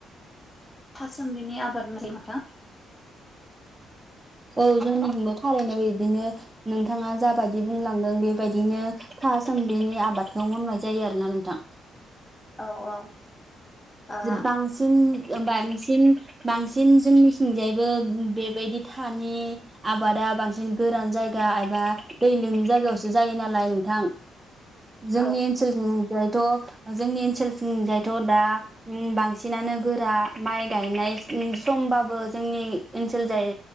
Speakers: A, on the left; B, on the right.
A: थासोमलिनि आबाद <unintelligible>
B: औ जोंनिथिंबो थारैनो बिदिनो नोंथाङा जाबायदि बुंलांदों बेबायदिनो था सोमलिनि आबादखौ मावनाय जायो आरोना नोंथां
A: औ औ ओ
B: बांसिन बांसिन बांसिन जोंनिथिंजायबो बेबायदि थानि आबादा बांसिन गोरान जायगा एबा दै लोमि जायगायावसो जायो नालाय नोंथां जोंनि
A: औ
B: ओनसोलथिं जायथ' जोंनि ओनसोलथिं जायथ' दा बांसिनानो गोरा माइ गायनाय समबाबो जोंनि ओनसोल जाय